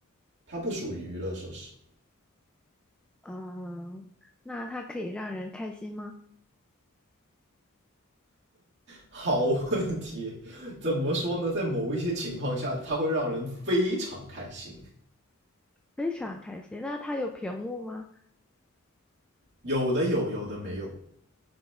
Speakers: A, on the right (about 55°); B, in the centre.
A: 它不属于娱乐设施。
B: 嗯，那它可以让人开心吗？
A: 好问题，怎么说呢？在某一些情况下，它会让人非常开心，
B: 非常开心。那它有屏幕吗？
A: 有的有，有的没有。